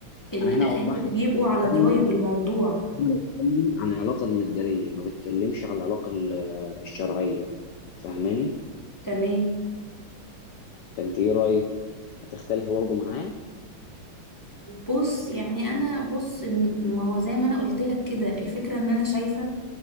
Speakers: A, on the left (about 15°); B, on the left (about 75°).
A: الأهل
B: انا هنا اوضح
A: بيبقوا
B: لك إن أنا
A: على
B: بتكلم
A: دراية بالموضوع
B: أنا بتكلم عن العلاقه المادية ما بتكلمش عن العلاقه ال- الشرعيه فاهماني
A: تمام
B: فانت ايه رايك هتختلفي برضه معايا
A: بص يعني انا بص ما هو زي ما انا قلت لك كده الفكره ان انا شايفه